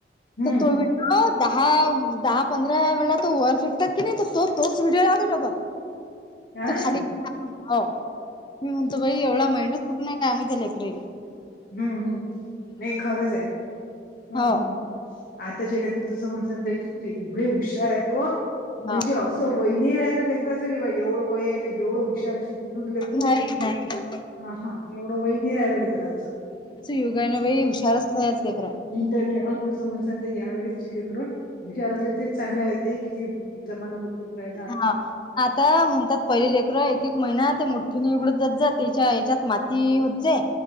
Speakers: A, on the left (about 50°); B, on the left (about 25°).
A: हं.
B: तर तो. हो दहा दहा पंधरा वेळा तो वर फेकतात की नाही तो तोच व्हिडिओ लाहते डबल.
A: काय
B: तो
A: ना.
B: खाली हो. मी म्हणतो बाई एवढा मेंडच कुठून नाही काय आम्ही ते लेकरा हिले.
A: हम्म हम्म नाही खरंच आहे हम्म
B: हो
A: हम्म. आत्ताचे लेकरं तसं म्हणजे, एवढे हुशार आहेत व म्हणजे
B: हा
A: असं. वहिनी राहिलं लेकराचं कि बा, एवढं वय आहे तर एवढं हुशार अशील. तुझं न लेकरू
B: नाही नाही
A: हा हा.. एवढं वय नाही राहिलं लेकरांचं.
B: युगांन बाई हुशारच लै लेकर.
A: इंटरनेट अंत समज यावेेळेस शि लेकर विचार असले तेच चांगल येत किती. तिच्या मना बदलून राहि ना आता.
B: हा आता म्हणतात पहिले लेकरं एक एक महिना ते, मुठठीे उघडत जात जाते त्याच्या हेच्यात माती होत जाई.